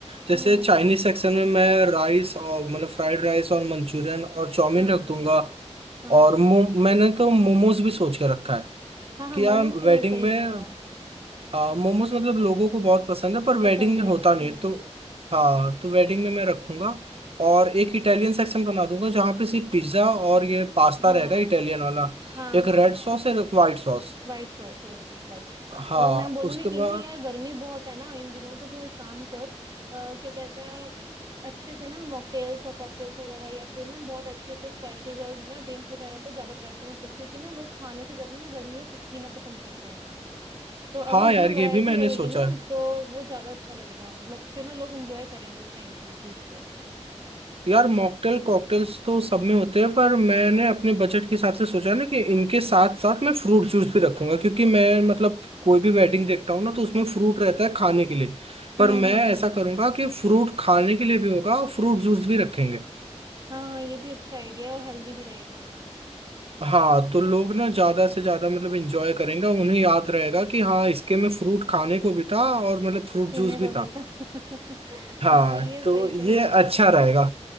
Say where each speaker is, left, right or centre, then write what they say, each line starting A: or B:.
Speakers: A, on the right; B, on the right.
A: जैसे
B: हम्म
A: चाइनीज सेक्शन में मैं राइस और मतलब फ्राइड राइस और मंचूरियन और चाउमीन
B: हाँ
A: रख दूंगा
B: हाँ
A: और
B: हाँ
A: मो,
B: हाँ
A: मैंने तो मोमोज भी सोच के रखा है
B: हाँ हाँ
A: कि
B: मोमोज
A: यार
B: का
A: वेडिंग
B: भी सही
A: में
B: रहेगा
A: हाँ मोमोज मतलब लोगों को बहुत पसंद है पर वेडिंग
B: पसंद
A: में
B: है
A: होता नहीं
B: हम्म
A: है तो हाँ तो वेडिंग में मैं रखूंगा और एक इटालियन सेक्शन बना दूंगा जहाँ पे सिर्फ पिज्ज़ा और ये पास्ता
B: हाँ
A: रहेगा इटालियन वाला
B: हाँ
A: एक
B: हाँ
A: रेड
B: हाँ
A: सॉस और एक वाइट सॉस
B: white sauce yes yes right
A: हाँ
B: और मैं बोलूंगी
A: उसके
B: कि
A: बाद
B: ना यार गर्मी बहुत है ना इन दिनों तो तू एक काम कर आ, क्या कहते हैं अच्छे से ना मॉकटेल्स और कॉकटेल्स वगैरह या फिर ना बहुत अच्छे अच्छे स्क्वैशेस और ना ड्रिंक्स वगैरह को ज्यादा प्रेफरेंस दो क्योंकि ना लोग खाने से ज्यादा ना गर्मी में पी- पीना पसंद करते हैं तो
A: हाँ
B: अगर उसमें
A: यार
B: वैरायटी
A: ये भी मैंने
B: रहेगी
A: सोचा
B: ना तो वो ज्यादा अच्छा लगेगा मतलब फिर ना लोग एंजॉय करेंगे उस टाइम पे उस चीज को
A: यार मॉकटेल कॉकटेल्स तो सब में होते हैं पर मैंने अपने बजट के हिसाब से सोचा ना कि इनके साथ साथ मैं फ्रूट जूस भी रखूंगा क्योंकि मैं मतलब कोई भी वेडिंग देखता हूँ ना तो उसमें फ्रूट रहता है खाने के लिए पर
B: हम्म
A: मैं
B: हम्म हम्म
A: ऐसा करूंगा कि फ्रूट खाने के लिए भी होगा और फ्रूट जूस भी रखेंगे
B: हाँ हाँ ये भी अच्छा आइडिया है और हेल्दी भी रहेगा
A: हाँ तो लोग ना ज्यादा से ज्यादा मतलब इंजॉय करेंगे उन्हें याद रहेगा कि हाँ इसके में फ्रूट खाने को भी था और मतलब फ्रूट
B: पीने
A: जूस भी
B: को भी
A: था
B: था <laughs>
A: हाँ
B: हाँ ये
A: तो
B: सही
A: ये
B: सही रहेगा
A: अच्छा
B: वैसे
A: रहेगा